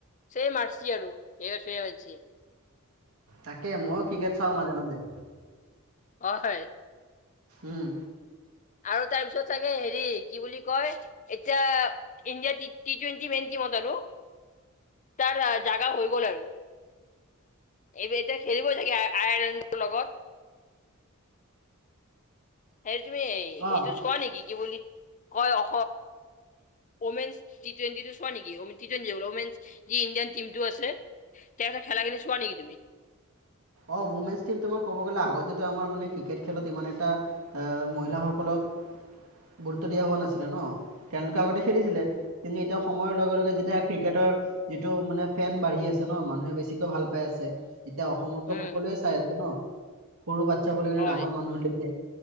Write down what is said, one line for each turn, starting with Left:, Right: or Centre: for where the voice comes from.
Left: চে মাৰিচ আৰু বেভবচুৰিয়াবনচি।
Right: তাকে ময়ো ক্ৰিকেট চাওঁ মাজে মাজে।
Left: অ হয়।
Right: উম।
Left: আৰু তাৰ পিছত চাগে হেৰি কি বুলি কয় এতিয়া ইণ্ডিয়াৰ টি টুৱেন্টি মেইন টিমত আৰু তাৰ জাগা হৈ গ'ল আৰু। এইব এতিয়া খেলিবই থাগে আয়াৰলেণ্ডৰ লগত। হে তুগথমি
Right: অঁ
Left: এইটো চোৱা নেকি কি বুলি কয় অ অমেনচ ট টুৱেণ্টিটো চোৱা নেকিে টি টুৱেণ্টি মেন য ইডিয়ান টিমটো আছে। তেওঁ লোকে খেলাখিনি চোৱা নেকি তুমি?
Right: অ উমেনছ টিম তোমাৰ ক'ব গ'লে আগত যটো আমাৰ মানে ক্ৰিকেট খেলত ইমান এটা মহিলাসকলক
Left: <unintelligible>
Right: গুৰুত্ব দিয়া হোৱা নাছিলে। ন তেওঁলোকে আগতে খেলিছিলে কিন্তু এতিয়া সময়ৰ লগে লগে যেতিয়া ক্ৰিকেটৰ যিটো মানে ফেন বাঢ়ি আছে ন মানুহে বেছিকৈ ভাল পাই আছে এতিয়া অসমত
Left: উম
Right: সকলোৱে চাই আছে ন সৰু বা্ চাব লাগ
Left: হয়
Right: ডাঙৰ মানুহকে